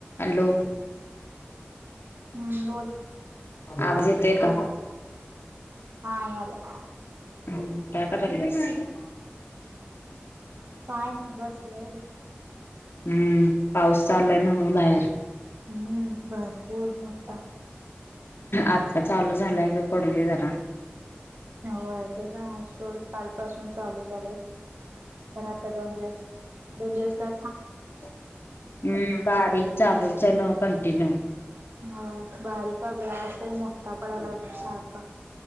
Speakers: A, on the left; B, on the right.
A: हॅलो.
B: हम्म बोल.
A: आब जेते का.
B: हा याला.
A: हम्म काळकत.
B: काय नाही बस लय ग.
A: हम्म पाऊस चाललाय ना म्हणून बाहेर
B: हम्म भरपूर मोठा
A: आत्ता चालू झालाय ग पडली जरा.
B: हो ते पण आहे सोड कालपासून चालू झाले. आता दोन दिवस दोन दिवस का
A: हम्म बारीक चालूच आहे ना ओ कंटिन्यू
B: हा बारीक व अस मोठा पडायला सारख